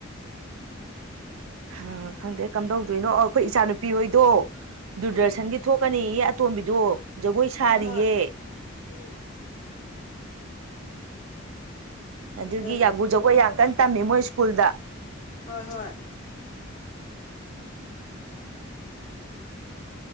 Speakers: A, on the right; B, on the left.
A: ꯑ ꯈꯪꯗꯦ ꯀꯝꯗꯧꯗꯣꯏꯅꯣ ꯑꯩꯈꯣꯏ ꯏꯆꯥꯅꯨꯄꯤ ꯍꯣꯏꯗꯣ ꯗꯨꯔꯗꯔꯁꯟꯒꯤ
B: ꯎꯝ
A: ꯊꯣꯛꯀꯅꯤꯌꯦ ꯑꯇꯣꯝꯕꯤꯗꯣ ꯖꯒꯣꯏ ꯁꯥꯔꯤꯌꯦ
B: ꯍꯣꯏ ꯍꯣꯏ ꯎꯝ
A: ꯑꯗꯨꯒꯤ
B: ꯎꯝ
A: ꯌꯥꯒꯨ ꯖꯒꯣꯏ ꯌꯥꯝ ꯀꯟꯅ ꯇꯝꯃꯤ ꯃꯣꯏ ꯁ꯭ꯀꯨꯜꯗ
B: ꯍꯣꯏ ꯍꯣꯏ inaudible